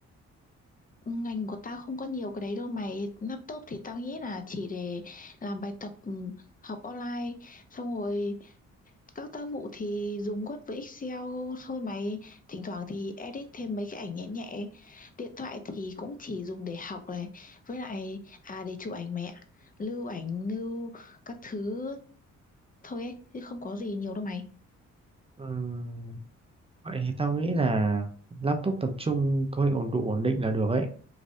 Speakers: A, on the left; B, on the right.
A: Ngành của tao không có nhiều cái đấy đâu mày. Laptop thì tao nghĩ là chỉ để làm bài tập ừ, học online. Xong rồi Các tác vụ thì dùng Word với Excel thôi mày, thỉnh thoảng thì edit thêm mấy cái ảnh nhẹ nhẹ. Điện thoại thì cũng chỉ dùng để học này, với lại à để chụp ảnh mẹ, lưu ảnh, lưu các thứ thôi ấy, chứ không có gì nhiều đâu mày.
B: Ừm, vậy thì tao nghĩ là laptop tầm trung có hình ổn đủ ổn định là được ấy.